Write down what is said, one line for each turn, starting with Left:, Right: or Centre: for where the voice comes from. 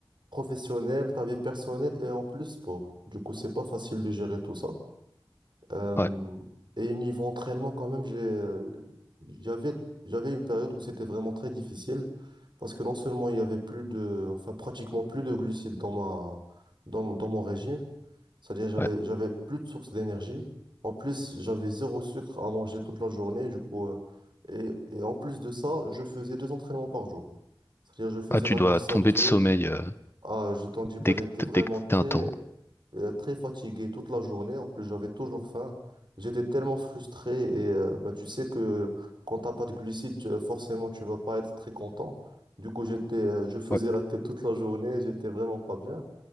Right: professionnelle, ta vie personnelle et en plus sport. Du coup, c'est pas facile de gérer tout ça. Euh,
Left: Ouais,
Right: et niveau entraînement, quand même, j'ai, euh, j'avais, j'avais une période où c'était vraiment très difficile parce que non seulement il y avait plus de, enfin pratiquement plus de glucides dans ma, dans, dans mon régime, c'est-à-dire j'avais,
Left: ouais.
Right: j'avais plus de sources d'énergie. En plus, j'avais zéro sucre à manger toute la journée, du coup, euh, et, et en plus de ça, je faisais deux entraînements par jour. C'est-à-dire je faisais
Left: Ah, tu
Right: de la
Left: dois
Right: course
Left: tomber
Right: à pied.
Left: de sommeil euh,
Right: Ah, je t'en dis pas,
Left: dès
Right: j'étais
Left: que t-
Right: vraiment
Left: dès que
Right: très,
Left: t'as un temps.
Right: euh, très fatigué toute la journée. En plus, j'avais toujours faim. J'étais tellement frustré et euh, bah, tu sais que quand t'as pas de glucides, tu- forcément, tu vas pas être très content. Du coup, j'étais, euh, je faisais
Left: Ouais.
Right: la tête toute la journée, j'étais vraiment pas bien.